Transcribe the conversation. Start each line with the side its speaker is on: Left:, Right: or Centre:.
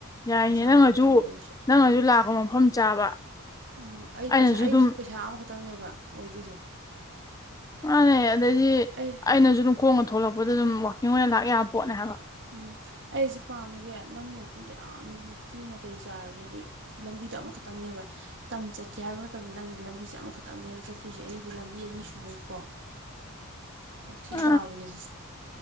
Left: ꯌꯥꯏꯅꯦ
Right: ꯄꯩꯁꯥꯗꯣ
Left: ꯅꯪꯅꯁꯨ
Right: ꯑꯃꯇꯪ ꯑꯣꯏꯔꯁꯨ
Left: ꯅꯪꯅꯁꯨ ꯂꯥꯛꯄ ꯃꯐꯝ ꯆꯥꯕ
Right: ꯎꯝ ꯑꯩ
Left: ꯑꯩꯅꯁꯨ
Right: ꯄꯩꯁꯥ ꯑꯩꯁꯨ
Left: ꯑꯗꯨꯝ
Right: ꯄꯩꯁꯥ ꯑꯃꯈꯛꯇꯪꯅꯦꯕ ꯑꯣꯏꯗꯣꯏꯁꯦ
Left: ꯑꯅꯦ ꯑꯗꯗꯤ
Right: ꯑꯩ
Left: ꯑꯩꯅꯁꯨ ꯑꯗꯨꯝ ꯈꯣꯡꯅꯒ ꯊꯣꯛꯂꯛꯄꯗ ꯑꯗꯨꯝ ꯋꯀꯤꯡ ꯑꯣꯏꯅ ꯂꯥꯛ ꯌꯥꯕ ꯄꯣꯠꯅꯦ
Right: ꯂ
Left: ꯍꯥꯏꯕ
Right: ꯌꯥꯣ ꯎꯝ ꯑꯩꯁꯤ ꯄꯥꯝꯃꯤꯁꯦ ꯅꯪꯒꯤ ꯃꯐꯝꯗꯣ ꯌꯥꯝ ꯇꯤꯅ ꯇꯩ ꯆꯥꯔꯕꯅꯤ ꯍꯥꯏꯗꯤ ꯂꯝꯕꯤꯗꯣ ꯑꯃꯈꯛꯇꯪꯅꯦꯕ ꯇꯝ ꯆꯠꯀꯦ ꯍꯥꯏꯕ ꯃꯇꯝꯗ ꯅꯪꯒꯤꯗꯤ ꯂꯝꯕꯤꯁꯦ ꯑꯃꯈꯛꯇꯪꯅꯦꯦꯝꯕ ꯆꯠꯇꯣꯏꯁꯦ ꯑꯩꯒꯤꯗꯤ ꯂꯝꯕꯤ ꯑꯅꯤ ꯁꯨꯕꯒꯤꯀꯣ ꯊ
Left: ꯑ
Right: ꯇꯕꯅꯦ